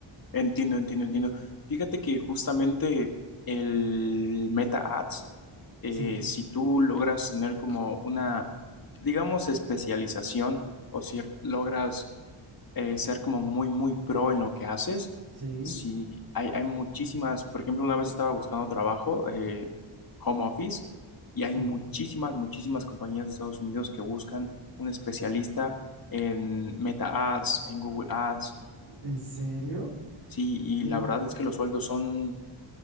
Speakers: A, on the left (about 45°); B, on the right (about 60°).
A: Entiendo, entiendo, entiendo. Fíjate que justamente el Meta Ads, eh,
B: Sí,
A: si tú logras tener como una, digamos, especialización o si logras eh, ser como muy, muy pro en lo que haces,
B: sí,
A: si hay, hay muchísimas, por ejemplo, una vez estaba buscando trabajo, eh, home office, y
B: sí.
A: hay muchísimas, muchísimas compañías de Estados Unidos que buscan un especialista en Meta Ads, en Google Ads
B: ¿En serio?
A: Sí, y
B: Mm,
A: la verdad es que los sueldos son,